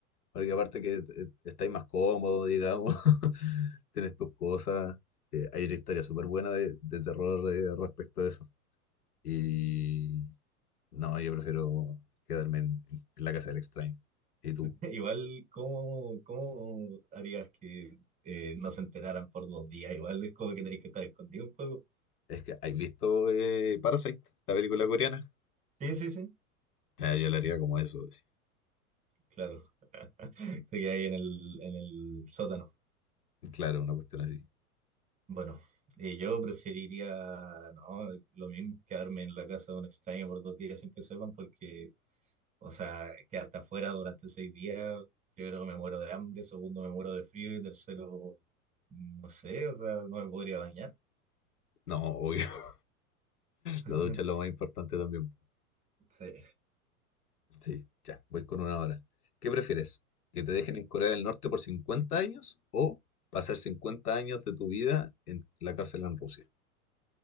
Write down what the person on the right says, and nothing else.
<laughs> Igual, ¿cómo, cómo harías que eh, no se enteraran por dos días? Igual es como que tenés que estar escondido un poco.
Sí, sí, sí,
claro. <laughs> Te quedas ahí en el, en el sótano.
Bueno, eh, yo preferiría, no, lo mismo, quedarme en la casa de un extraño por dos días sin que sepan porque O sea, que hasta afuera durante seis días, primero me muero de hambre, segundo me muero de frío y tercero, no sé, o sea, no me podría bañar.
<laughs>
Sí.